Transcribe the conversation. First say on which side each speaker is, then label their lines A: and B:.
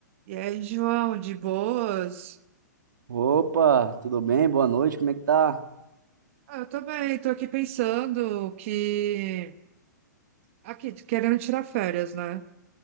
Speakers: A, on the right; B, on the right.
A: E aí, João, de boas?
B: Opa, tudo bem? Boa noite, como é que tá?
A: Ah, eu tô bem, tô aqui pensando que. Aqui, querendo tirar férias, né?